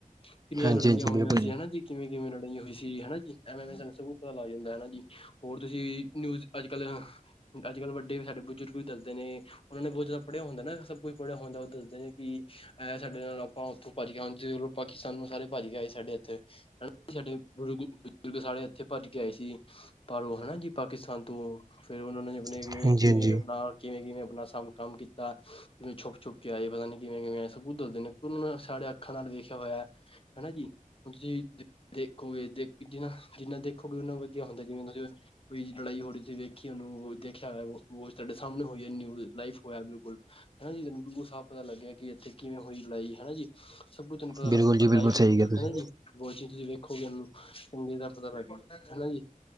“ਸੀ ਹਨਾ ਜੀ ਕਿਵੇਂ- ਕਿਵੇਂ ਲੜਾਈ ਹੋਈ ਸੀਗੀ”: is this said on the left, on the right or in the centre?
Left